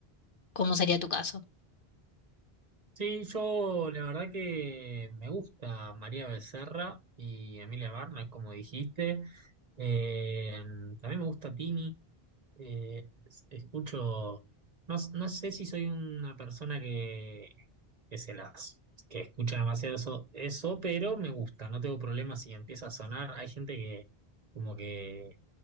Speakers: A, on the left; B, on the right.
A: ¿Cómo sería tu caso?
B: Sí, yo la verdad que me gusta María Becerra y Emilia Barna, como dijiste. Eh, también me gusta Tini. Eh, es- escucho, no, s- no sé si soy una persona que, que se las, que escucha demasiado eso, eso, pero me gusta, no tengo problemas si empieza a sonar. Hay gente que como que